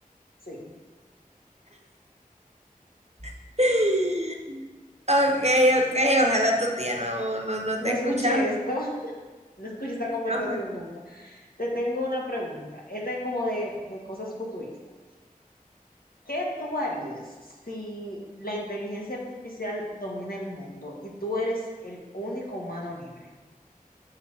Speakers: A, on the left (about 80°); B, on the right (about 45°).
A: Sí.
B: <laughs> Ok, ok, ojalá tu tía no, no, no esté
A: No escuché
B: escuchando.
A: esto. No escuché esta conversación
B: Ah, pues,
A: nunca. Te tengo una pregunta. Esta es como de, de cosas futuristas. ¿Qué tú harías si la inteligencia artificial domina el mundo y tú eres el único humano libre?